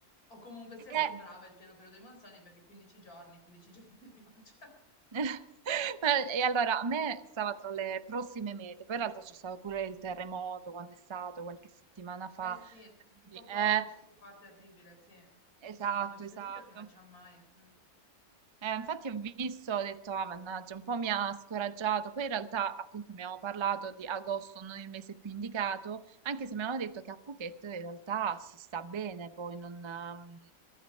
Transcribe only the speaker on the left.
O comunque sia sembrava
il pieno periodo dei monsoni perché 15 giorni, 15 <laughs> giorni di pioggia.
Eh sì,
un poco,
poco fa, terribile, sì. Sì,
sì, l'hanno sentito
fino a Chiang Mai. Mm.